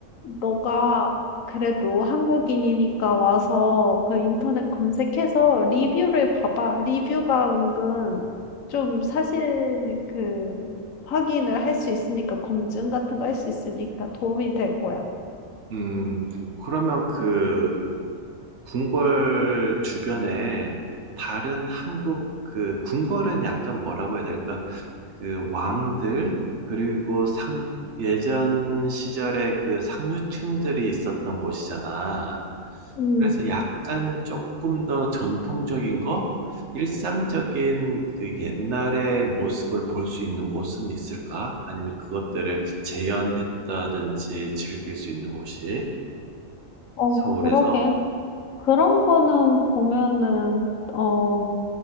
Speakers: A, on the left; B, on the right.
A: 너가 그래도 한국인이니까 와서 그 인터넷 검색해서 리뷰를 봐봐. 리뷰가 은근 좀 사실 그 확인을 할 수 있으니까 검증 같은 거 할 수 있으니까 도움이 될 거야.
B: 음. 그러면 그 궁궐 주변에 다른 한국 그 궁궐은 약간 뭐라고 해야 될까? 그 왕들, 그리고 상, 예전 시절에 그 상류층들이 있었던 곳이잖아.
A: 음,
B: 그래서 약간 조금 더 전통적인 거? 일상적인 그 옛날의 모습을 볼 수 있는 곳은 있을까? 아니면 그것들을 재현했다든지 즐길 수 있는 곳이
A: 어,
B: 서울에서?
A: 그러게. 그런 거는 보면은, 어,